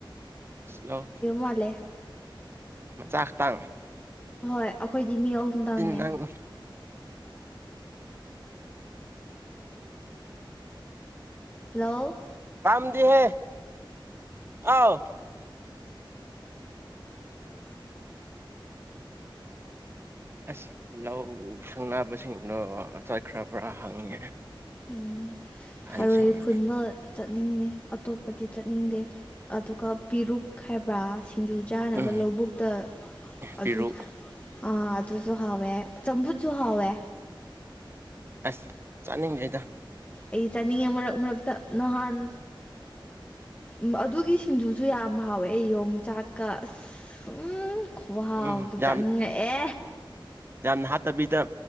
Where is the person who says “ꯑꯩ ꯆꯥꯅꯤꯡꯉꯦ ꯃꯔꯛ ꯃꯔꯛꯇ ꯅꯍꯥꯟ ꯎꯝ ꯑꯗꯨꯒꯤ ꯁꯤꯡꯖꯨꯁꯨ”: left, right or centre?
Left